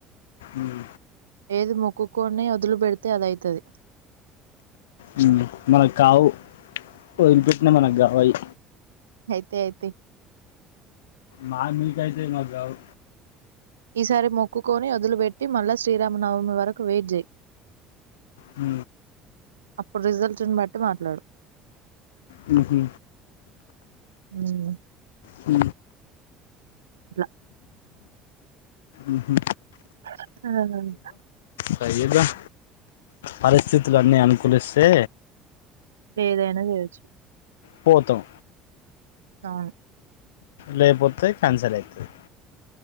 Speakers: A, on the left; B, on the right.
A: ఉమ్
B: ఏది మొక్కుకొని అది వదిలిపెడితే అది అయితది
A: హ్మ్ మనక్ కావు వదిలి పెట్టిన మనకు కావు అవి
B: అయితయ్ అయితయ్
A: మా మీ కయితయ్ మాకు గావ్
B: ఈసారి మొక్కుకొని వదులుపెట్టి మళ్ళా శ్రీరామనవమి వరకు వెయిట్ జే
A: హ
B: అప్పుడు రిజల్ట్ని బట్టి మాట్లాడు
A: హూ హూ
B: హు
A: హ
B: ఇట్లా
A: ఉహు
B: ఆ
A: ట్రై చేద్దాం పరిస్థితులన్నీ అనుకూలిస్తే
B: ఏదైనా చేయచ్చు
A: పోతాం
B: అవును
A: లేపోతే క్యాన్సలైతాయి